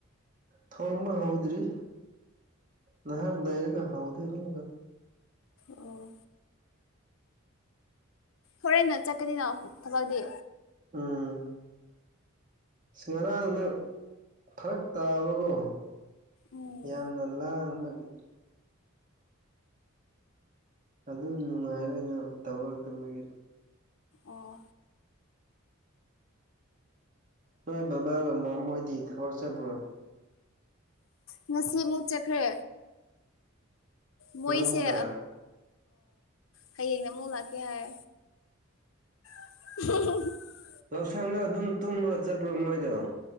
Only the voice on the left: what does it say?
ꯑꯣ ꯍꯣꯔꯦꯟ ꯅ ꯆꯠꯀꯅꯤꯅ ꯊꯕꯛꯇꯗꯤ
ꯎꯝ
ꯑꯣ
ꯉꯁꯤꯃꯨꯛ ꯆꯠꯈ꯭ꯔꯦ ꯃꯣꯏꯁꯦ
ꯍꯌꯦꯡꯅ ꯑꯃꯨꯛ ꯂꯥꯛꯀꯦ ꯍꯥꯏ <inaudible>